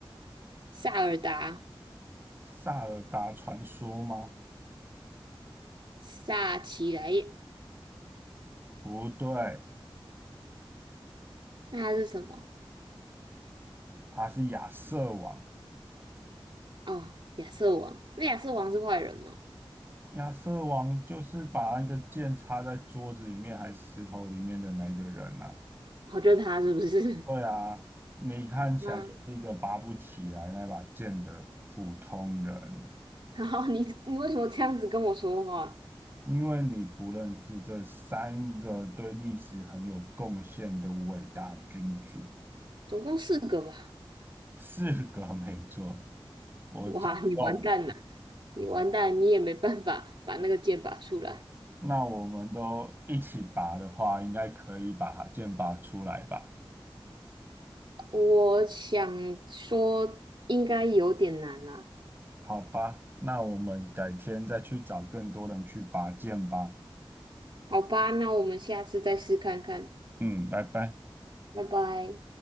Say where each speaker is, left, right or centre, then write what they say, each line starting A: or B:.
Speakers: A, on the right (about 60°); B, on the right (about 25°).
A: 萨尔达
B: 萨尔达传说吗？
A: 萨奇莱耶，
B: 不对，
A: 那他是什么？
B: 他是亚瑟王。
A: 哦，亚瑟王，那亚瑟王是坏人吗？
B: 亚瑟王就是把那个剑插在桌子里面还石头里面的那一个人啊。
A: 哦，就是他是不是？
B: 对啊，你看起来就是一个拔不起来那把剑的普通人，
A: <laughs> 那然后你你为什么这样子跟我说话？
B: 因为你不认识这三个对历史很有贡献的伟大君主。
A: 总共四个吧？
B: 四个没错，我讲漏了。
A: 哇，你完蛋了，你完蛋，你也没办法把那个剑拔出来。
B: 那我们都一起拔的话，应该可以把剑拔出来吧？
A: 我想说应该有点难啦，
B: 好吧，那我们改天再去找更多人去拔剑吧。
A: 好吧，那我们下次再试看看。
B: 嗯，拜拜。
A: 拜拜。